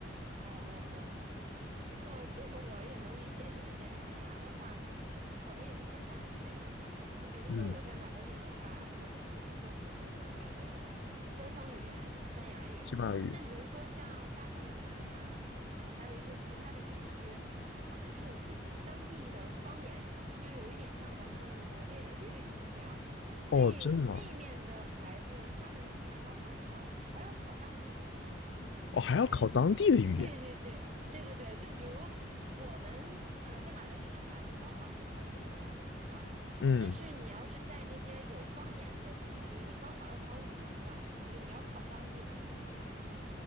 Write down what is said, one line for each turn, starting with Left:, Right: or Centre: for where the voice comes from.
Right: 哦哦哦。啊，这个我也能理解，因为在西班牙的话，我们也是分大区嘛。那比如说我在马德里的话，
Left: 嗯，
Right: 我们就是说普通的这个官方语言西班牙语。
Left: 西班牙语。
Right: 但比如说像巴塞罗那呀，嗯、还有一些其他的地区，他们是有自己当地的方言的，就有一点像咱们国内的粤语这样。所以那面的孩子，
Left: 哦，真的吗？
Right: 他们参加高考的话，还要考当地的语言。
Left: 哦，还要考当地的语言。
Right: 就还对对对对对对，就比如我们呃在马德里的孩子，高考你就考四门儿就行了，
Left: 嗯，
Right: 但是你要是在那些有方言的地区，你高考要考五门的，就你要考当地的那个语言。